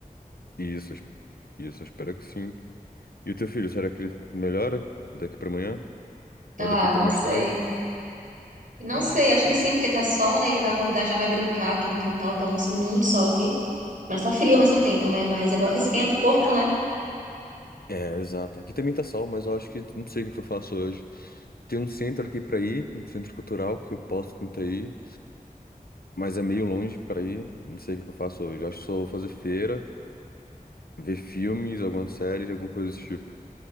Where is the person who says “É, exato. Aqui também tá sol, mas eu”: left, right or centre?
Left